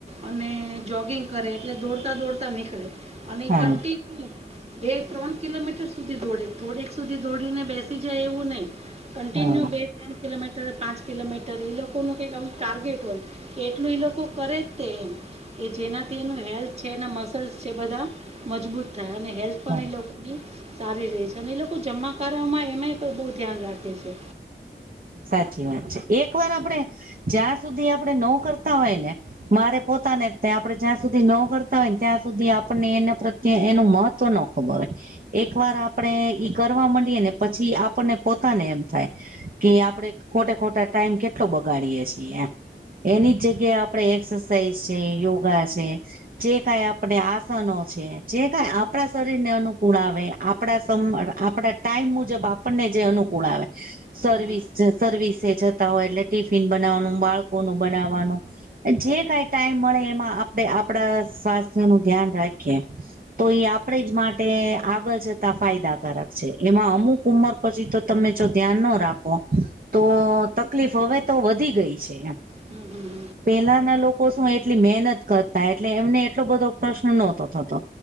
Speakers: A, on the right; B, on the right.
A: અને જોગિંગ કરે, એટલે દોડતા-દોડતા નીકળે અને
B: હા
A: કન્ટિન્યુ બે-ત્રણ કિલોમીટર સુધી દોડે, થોડેક સુધી દોડીને બેસી જાય એવું નહિ. કન્ટિન્યુ
B: હા
A: બે ત્રણ કિલોમીટર, પાંચ કિલોમીટર એ લોકોનું કંઈક અમ ટાર્ગેટ હોય કે, એટલું એ લોકો કરે. તે એ જેનાથી એનું હેલ્થ છે, એના મસલ્સ છે બધા મજબૂત થાય અને હેલ્થ પણ
B: હા
A: એ લોકોની સારી રે છે અને એ લોકો જમવા કરવામાં એમાંય પણ બહુ ધ્યાન રાખે છે.
B: સાચી વાત છે, એક વાર આપણેે જ્યાં સુધી આપણે ન કરતા હોય ને મારે પોતાને જ આપે જ્યાં સુધી ન કરતા હોય ને, ત્યાં સુધી આપણને એના પ્રત્યે એનું મહત્વ ન પરખીયે એક વાર આપણેે ઈ કરવા માંડીએે ને પછી આપણને પોતાને એમ થાય. કે આપણે ખોટા-ખોટે ટાઈમ કેટલો બગાડીએે છીએ એમ, એની જગ્યાએ આ આપડે એક્સરસાઇઝ છે, યોગા છે જે કઈ આપણે આસનો છે, જે કઈ આપણા શરીર ને અનુકૂળ આવે, આપ આપડા સમ, આપડા ટાઈમ મુજબ આપણને જે અનુકૂળ આવે. સર્વિસ
A: હમ હમ
B: જ, સર્વિસે જતા હોય એટલે ટિફિન બનાવવાનું, બાળકોનું બનાવવાનું. જે કઈ ટાઈમ મળે એમાં આપણે આપડા સ્વાસ્થ્ય નું ધ્યાન રાખીએ. તો એ આપડે જ માટે તે આગળ જતા ફાયદાકારક છે, એમાં અમુક ઉંમર પછી તો તમે જો ધ્યાન ન રાખો તો તકલીફ હવે તો વધી ગઈ છે, એમ
A: હમ, હમ
B: પેલાના લોકો શું એટલી મહેનત કરતા એટલે એમને એટલો બધો પ્રશ્ન નહતો થતો.